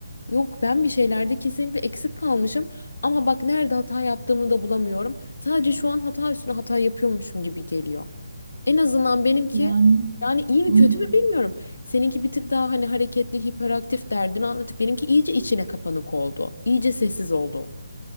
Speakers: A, on the left; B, on the right.
A: Yok ben bir şeylerde kesinlikle eksik kalmışım ama bak nerede hata yaptığımı da bulamıyorum. Sadece şu an hata üstüne hata yapıyormuşum gibi geliyor. En azından benimki
B: Yani
A: yani iyi mi
B: hı
A: kötü
B: hı.
A: mü bilmiyorum. Seninki bir tık daha hani hareketli, hiperaktif derdini anlatıp benimki iyice içine kapanık oldu. İyice sessiz oldu.